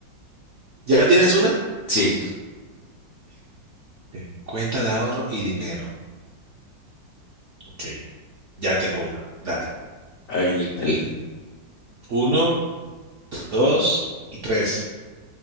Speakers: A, on the right; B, on the left.
A: ¿Ya tienes una?
B: Sí,
A: Ok, Cuenta de ahorro y dinero. Ok. Ya tengo una. Dale.
B: ahí igual.
A: Uno, dos y tres.